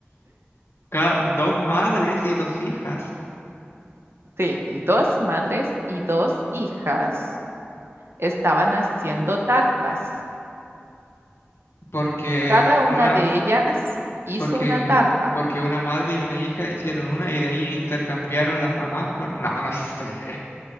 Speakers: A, on the left (about 70°); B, on the right (about 65°).
A: Ca- dos madres y dos hijas.
B: Sí, dos madres y dos hijas estaban haciendo tartas.
A: Porque
B: Cada una
A: una.
B: de ellas hizo
A: Porque,
B: una tarta.
A: porque una madre y una hija hicieron una y de ahí intercambiaron las mamás con... No, no sé.